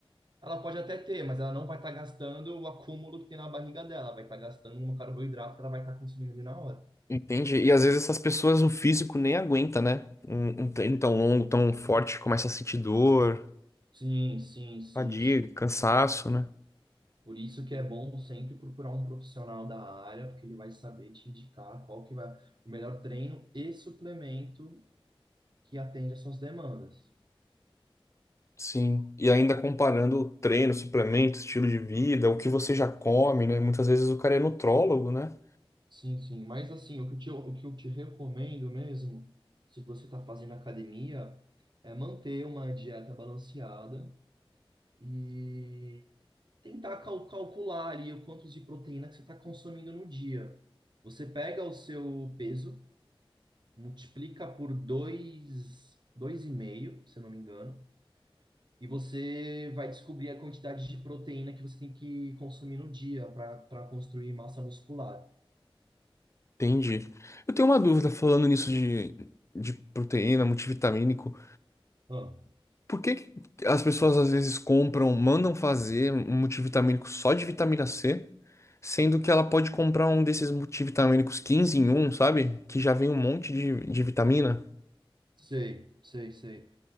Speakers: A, on the right (about 50°); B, on the left (about 30°).
A: Ela pode até ter, mas ela não vai estar gastando o acúmulo que tem na barriga dela, vai estar gastando um carboidrato que ela vai estar consumindo ali na hora.
B: entende E às vezes essas pessoas o físico nem aguenta, né? Um, um treino tão longo, tão forte, começa a sentir dor,
A: Sim, sim, sim,
B: fadiga,
A: sim.
B: cansaço, né?
A: Por isso que é bom sempre procurar um profissional da área, porque ele vai saber te indicar qual que vai o melhor treino e suplemento que atende às suas demandas.
B: Sim. E ainda comparando o treino, suplemento, estilo de vida, o que você já come, né? Muitas vezes o cara é nutrólogo, né?
A: Sim, sim. Mas assim, o que eu te- o que eu te recomendo mesmo, se você está fazendo academia, é manter uma dieta balanceada e tentar cal- calcular ali o quanto de proteína que você está consumindo no dia. Você pega o seu peso, multiplica por dois, dois e meio, se eu não me engano, e você vai descobrir a quantidade de proteína que você tem que consumir no dia para para construir massa muscular.
B: Entendi. Eu tenho uma dúvida falando nisso de, de proteína, multivitamínico.
A: Ah.
B: Por que que as pessoas às vezes compram, mandam fazer um multivitamínico só de vitamina C, sendo que ela pode comprar um desses multivitamínicos 15 em um, sabe? Que já vem um monte de, de vitamina?
A: Sei, sei, sei.